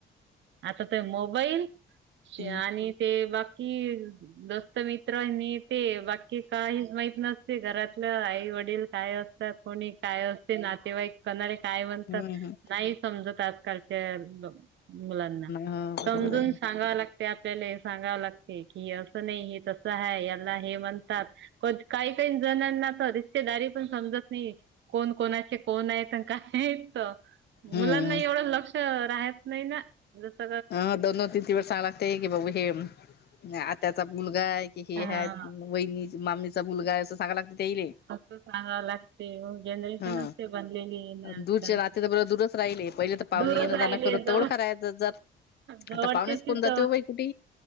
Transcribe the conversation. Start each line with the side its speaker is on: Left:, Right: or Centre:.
Right: आता ते मोबाईल च्या
Left: हम्म
Right: आणि ते बाकी दोस्त मि ते बाकी काहीच माहीत नसते घरातलं आई वडील काय अस त्यात कोणी काय असते नातेवाई कोणाले काय म्हनतात
Left: हम्म हम्म
Right: नाही समजत आजकालच्या मुलांना.
Left: हा बरोबर
Right: समजून
Left: आहे
Right: सांगाव लाग ते आपल्याला सांगावं लागते की हे असं नाय हे तसं हाय याला हे म्हणतात. काही काही जणांना तर रिश्तेदारी पण समजत नाही. कोण कोणाचे कोण आहेत अन् काय आहेत.
Left: हम्म
Right: मुलांना एवढं लक्ष राहात नाय ना जस
Left: अ- दोन -दोन तीन -तीन वेळेस सांगाय लागतेय की बाबू हे आत्याचा मुलगा आय. की हे
Right: हा
Left: हाय वहिनी मामीचा मुलगा हाय असं सांगाय लागते तेईले.
Right: असं सांगाव लागते जनरेशनच
Left: हा
Right: ते बनलेली ए ना
Left: दूरचे
Right: आजकालची.
Left: नाते तर बरं दूरच राहिले, पहिले तर पावणे
Right: दूरच
Left: येणं
Right: राहिली
Left: जाण कर <unintelligible>
Right: जवळ जवळच्याचीच
Left: आता पाहुणेच कोण जाते हो बाई कुठे?